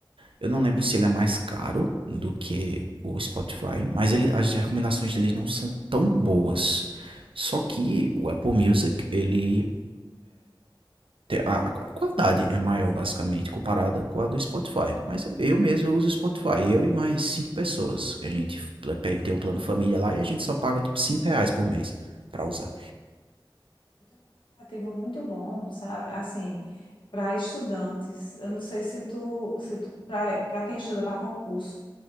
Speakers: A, on the right; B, on the left.
A: Eu não lembro se ele é mais caro do que o Spotify, mas ele, as recomendações dele não são tão boas. Só que o Apple Music, ele te- A, a qualidade é maior, basicamente, comparada com a do Spotify. Mas eu, eu mesmo eu uso o Spotify, eu e mais cinco pessoas, que a gente pl- pe- tem o plano família lá e a gente só paga, tipo, cinco reais por mês para usar.
B: eu tenho um aplicativo muito bom, sabe? Assim, para estudantes. Eu não sei se tu, se tu para quem estuda para concurso.